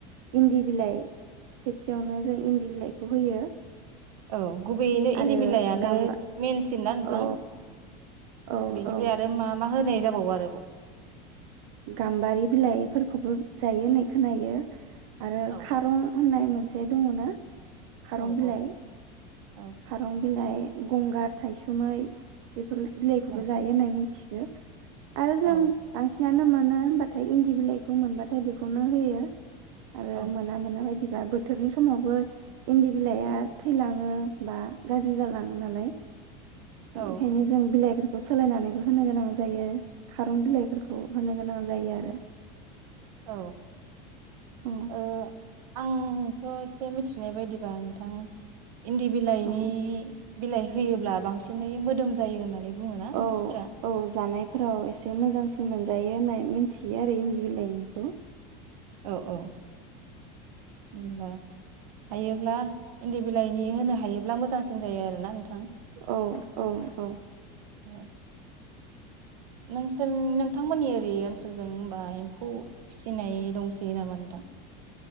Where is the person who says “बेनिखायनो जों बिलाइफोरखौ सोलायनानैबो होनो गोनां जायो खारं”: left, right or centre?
Right